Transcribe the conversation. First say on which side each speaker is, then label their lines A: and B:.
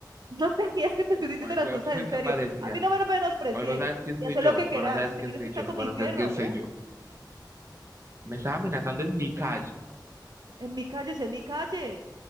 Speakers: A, on the right; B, on the right.
A: No tenías que te estoy diciendo
B: Guay,
A: las
B: hijo de
A: cosas
B: puta,
A: en serio.
B: parecía.
A: A mí no me menosprecies.
B: Vos no sabes quién
A: Y
B: soy
A: haz
B: yo,
A: lo que quieras.
B: vos no sabes
A: Si te
B: quién
A: quieres
B: soy
A: que está
B: yo,
A: con
B: vos
A: mi
B: no
A: fierro,
B: sabes quién soy
A: ve.
B: yo. Me estás amenazando en mi calle
A: En mi calle, si es mi calle.